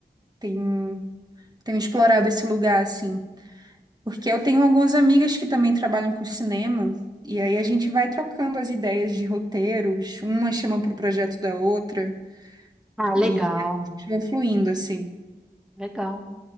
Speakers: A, on the right (about 20°); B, in the centre.
A: tenho, tenho explorado esse lugar, assim, porque eu tenho algumas amigas que também trabalham com cinema, e aí a gente vai trocando as ideias de roteiros, uma chama para o projeto da outra,
B: Ah, legal,
A: e a gente vai fluindo, assim.
B: legal.